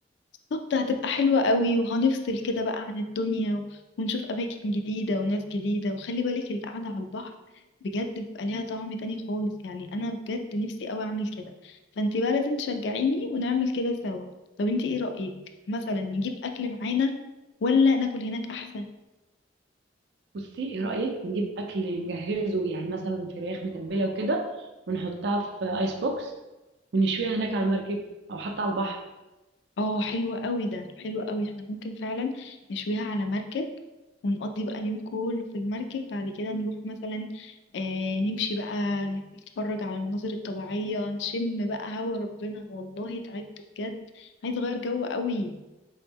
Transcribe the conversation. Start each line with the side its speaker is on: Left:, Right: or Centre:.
Left: بالظبط هتبقى حلوة قوي وهنفصل كده بقى عن الدنيا و- ونشوف أماكن جديدة وناس جديدة وخلي بالك القعدة على البحر بجد بيبقى ليها طعم تاني خالص يعني أنا بجد نفسي قوي أعمل كده فأنت بقى لازم تشجعيني ونعمل كده سوا طب أنت إيه رأيك مثلا نجيب أكل معانا ولا ناكل هناك أحسن
Right: بصي ايه رأيك نجيب اكل نجهزه يعني مثلا فراخ متبلة وكده ونحطها في ايس بوكس ونشويها هناك على المركب او حتى على البحر
Left: اه حلو قوي ده حلو قوي احنا ممكن فعلا نشويها على مركب ونقضي بقى اليوم كله في المركب بعد كده نروح مثلا آه نمشي بقى نتفرج على المناظر الطبيعية نشم بقى هوا ربنا والله تعبت بجد عايز اغير جو قوي